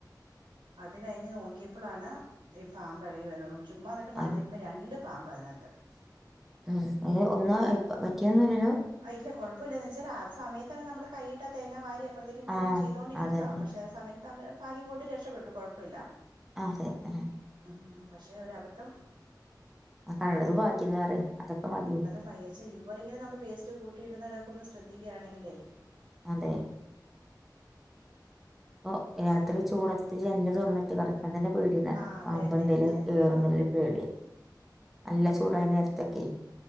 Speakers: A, on the right (about 80°); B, in the centre.
A: അത് കഴിഞ്ഞ് നോക്കിയപ്പളാണ് ഈ പാമ്പ് എളകി വര്ന്നതും ചുമ്മാ ന്നിട്ട്
B: ആഹ്
A: മര രണ്ട് പാമ്പ് അതിനകത്ത്
B: ആഹ് അത് ഒന്നും പറ്റിയൊന്നുംല്ലല്ലോ
A: ആഹ് ഇല്ല കുഴപ്പല്ല ന്ന് വെച്ചാല് ആ സമയത്താണ് നമ്മള് കയ്യിട്ടാ തേങ്ങാ വാരിയെ ഇപ്പർത്ത് നിക്കുമ്പ
B: ആഹ്
A: നമ്മള് ചെയ്തോകൊണ്ടിരിക്കുവാ
B: അതന്നെ
A: പക്ഷേ ആ സമയത്താവ്മ്പം ഫാഗ്യം കൊണ്ട് രക്ഷപ്പെട്ടു കാെഴപ്പ ഇല്ലാ
B: അതെ ആഹ്
A: അ ഹാ പക്ഷെ ഒരബദ്ധം
B: കണ്ടത് ഭാഗ്യംന്ന് പറയ് അതൊക്കെ മതി
A: അ ചേച്ചി ഇതു പോലെങ്ങെനെ നമ്മെള് വേസ്റ്റ് കൂട്ടി ഇട്ന്നിടെക്കെ ഒന്ന് ശ്രെദ്ധിക്കയാണെങ്കിലേ
B: അതേ പ്പാെ രാത്രി ചൂടത്ത് ജനല് തൊറന്നിട്ട് കട ന്നാ തന്നെ പേട്യാ ഈ കാൽത്ത്
A: ആ അതന്നെ
B: പാമ്പെന്തേലും
A: ജനല്
B: കേറുംന്ന്ള്ളെരു
A: ഉം
B: പേടി നല്ല ചൂടായ നേര്ത്തൊക്കെ